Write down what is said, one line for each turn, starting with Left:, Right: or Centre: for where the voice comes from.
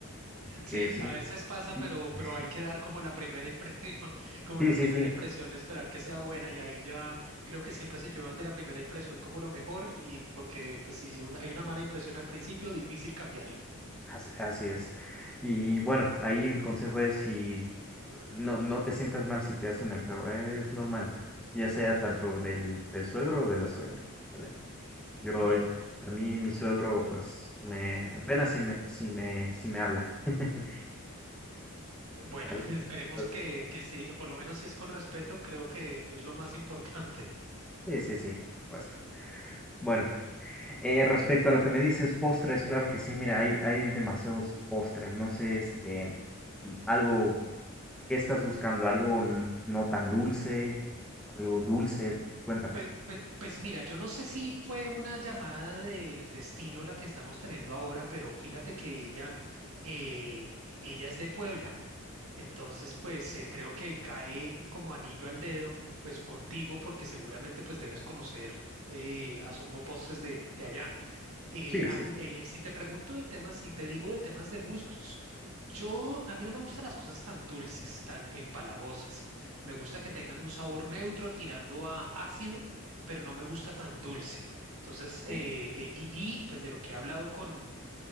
Centre: así que
Right: Sí,
Centre: sí,
Right: a veces pasa,
Centre: sí,
Right: pero,
Centre: <laughs>
Right: pero hay que dar como la primera impresión, <laughs> como
Centre: sí,
Right: la
Centre: sí,
Right: primera
Centre: sí.
Right: impresión, esperar que sea buena y ahí ya creo que siempre se llevan de la primera impresión como lo mejor y porque pues si una- hay una mala impresión al principio, difícil cambiarla.
Centre: As- Así es. Y bueno, ahí el consejo es si no, no te sientas mal si te hacen el feo, es normal, es- ya sea tanto del, del suegro o de la suegra, ¿vale? Yo,
Right: Bueno.
Centre: a mí mi suegro, pues, me, apenas si me, si me, si me habla, <laughs>
Right: Bueno,
Centre: ¿vale?
Right: <laughs> esperemos
Centre: Entonces,
Right: que, que sí, por lo menos si es con respeto, creo que es lo más importante. <laughs>
Centre: sí, sí, sí, por supuesto. Bueno, eh, respecto a lo que me dices, postres, claro que sí, mira, hay, hay demasiados postres, no sé, este, algo, ¿qué estás buscando? ¿Algo n- no tan dulce? Algo dulce, cuéntame.
Right: Pues, pues, pues mira, yo no sé si fue una llamada del destino la que estamos teniendo ahora, pero fíjate que ella, eh, ella es de Puebla. Entonces, pues eh, creo que cae como anillo al dedo, pues contigo, porque seguramente pues debes conocer eh, Asomo Postres de, de allá. Eh,
Centre: Sí,
Right: am-
Centre: sí, sí.
Right: eh, si te pregunto de temas, si te digo de temas de gustos, yo, a mí no me gustan las cosas tan dulces, tan empalagosas. Me gusta que tengan un sabor neutro tirando a ácido, pero no me gusta tan dulce. Entonces, eh,
Centre: sí.
Right: eh, y, y, pues de lo que he hablado con,